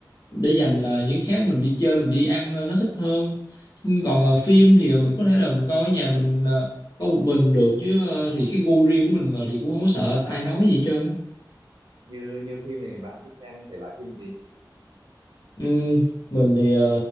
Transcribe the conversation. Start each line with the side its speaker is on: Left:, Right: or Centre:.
Left: để dành ờ, những cái khác mình đi chơi mình đi ăn ờ, nó thích hơn Ừ, còn ờ, phim thì mình có thể là mình coi ở nhà mình ờ, có một mình được chứ ờ, thì cái gu riêng của mình mà thì cũng không có sợ ai nói gì hết trơn á.
Right: như như phim này bạn thích xem thể loại phim gì
Left: ừ, mình thì ờ,